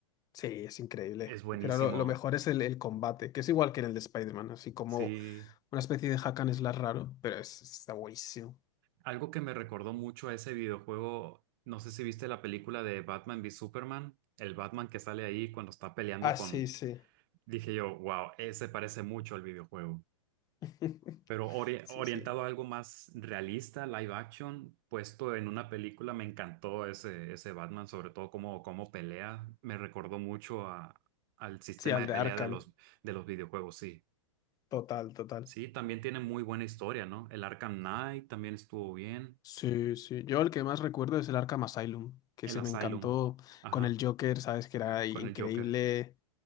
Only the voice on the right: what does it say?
Es buenísimo.
Sí.
Algo que me recordó mucho a ese videojuego, no sé si viste la película de Batman v Superman, el Batman que sale ahí cuando está peleando
con...
Dije yo, wow, ese parece mucho al videojuego.
pero ori-
orientado
a algo más realista, live action, puesto en una película, me encantó ese, ese Batman, sobre todo cómo, cómo pelea, me recordó mucho a, al sistema
de
pelea
de los, de los videojuegos, sí.
Sí, también tiene muy buena historia, ¿no? El Arkham Knight también estuvo bien,
el
Asylum,
ajá,
con el Joker,